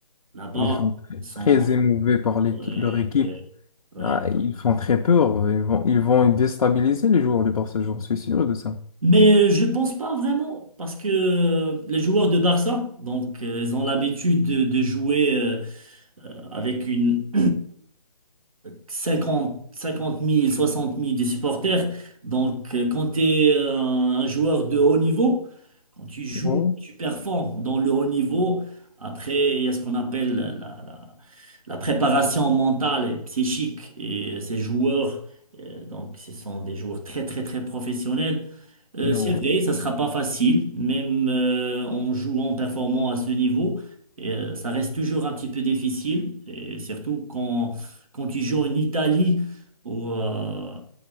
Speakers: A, on the right; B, on the left.
A: Là-bas,
B: Ils sont très
A: ils sont...
B: très émouvés par l'équi-
A: ouais,
B: leur équipe.
A: ouais, ouais.
B: Ah, ils font très peur. Ils vont, ils vont déstabiliser les joueurs du Barça, j'en suis sûr de ça.
A: Mais euh, je pense pas vraiment, parce que euh, les joueurs de Barça, donc, euh, ils ont l'habitude de, de jouer euh, avec une <clears throat> 50, 50 000, 60 000 des supporters. Donc, euh, quand tu es euh, un joueur de haut niveau, quand tu joues,
B: Ouais.
A: tu performes dans le haut niveau. Après, il y a ce qu'on appelle la, la- la préparation mentale et psychique et euh, ces joueurs, euh, donc ce sont des joueurs très très très professionnels. Euh,
B: Ouais.
A: c'est vrai, ça sera pas facile, même euh, en jouant, en performant à ce niveau, et, euh, ça reste toujours un petit peu difficile, et surtout quand, quand tu joues en Italie, au euh,